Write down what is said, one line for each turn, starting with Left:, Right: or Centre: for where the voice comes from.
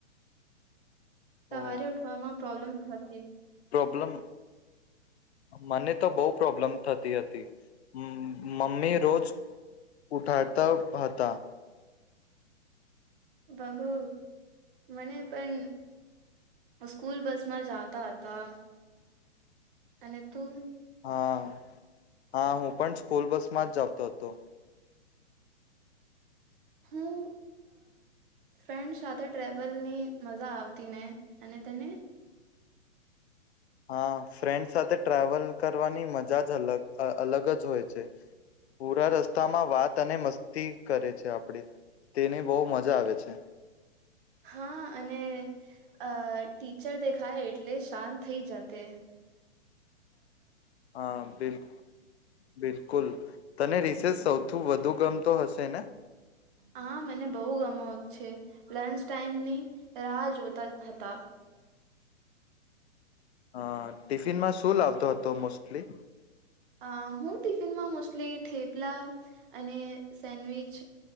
Right: સવારે
Left: ઓહ,
Right: ઉઠવામાં પ્રોબ્લેમ હતી.
Left: પ્રબ્લમ. મને તો બઉ. પ્રોબ્લેમ થતી હતી મમ્મી રોજ ઉઠાતા હતા.
Right: બહુ મને પણ સ્કૂલ બસ માં જતા હતા. અને તું.
Left: હા હા હું પણ સ્કૂલ બસ માં જ જતો તો.
Right: હું ફ્રેન્ડ સાથે ટ્રેવલની મજા આવતી ને અને તને.
Left: હા ફ્રેન્ડ સાથે ટ્રાવેલ કરવાની મજા જ અલગ અલગ જ હોય છે. પૂરા રસ્ તામાં વાત અને મસ્તી કરે છે, આપણેે તેની બહુ મજા આવે છે.
Right: હા અને ટીચર દેખાય એટલે શાંત થઇ જાતેસ્.
Left: હા બિલ કુલ બિલકુલ તને રિસેસ સૌથી વધુ ગમતો હશે ને?
Right: હા મને બહુ ગમો છે, લંચ ટાઈમની રાહ જોતા હતા.
Left: હા ટિફિનમાં શું લાવતો હતો મોસ્ટલી?
Right: અ હું ટિફિનમાં મોસ્ટલી ઠેપલા અને સેન્ડવીચ